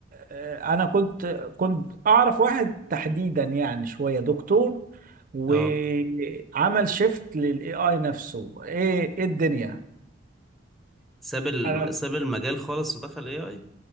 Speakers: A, on the right (about 45°); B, in the centre.
A: آه، انا كنت كنت اعرف واحد تحديدا يعني شوية دكتور وعمل
B: اه
A: شيفت للاي اي نفسه ايه ايه الدنيا
B: ساب الم...
A: انا
B: ساب المجال خالص ودخل اي اي